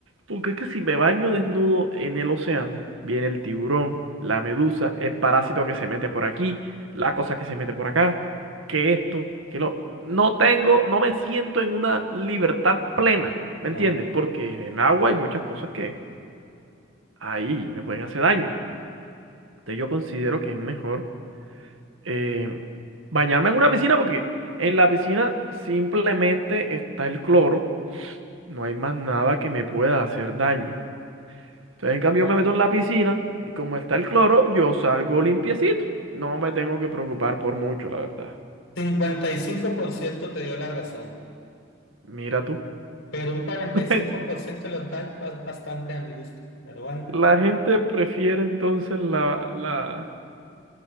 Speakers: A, on the right; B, on the left.
A: Porque es que si me baño desnudo en el océano, viene el tiburón, la medusa, el parásito que se mete por aquí, la cosa que se mete por acá, que esto, que lo... No tengo, no me siento en una libertad plena, ¿me
B: No.
A: entiendes? Porque en el agua hay muchas cosas que ahí me pueden hacer daño. Entonces yo considero que es mejor eh, bañarme en una piscina porque en la piscina simplemente está el cloro no hay más nada que me pueda hacer daño. Entonces, en cambio, yo me meto en la piscina y como está el cloro, yo salgo limpiecito. No me tengo que preocupar por mucho, la verdad.
B: Cincuenta y cinco por ciento te dio la razón,
A: Mira tú.
B: pero un 45%
A: <laughs>
B: lo tal es bastante a mi gusto. Pero bueno,
A: La gente prefiere entonces la, la,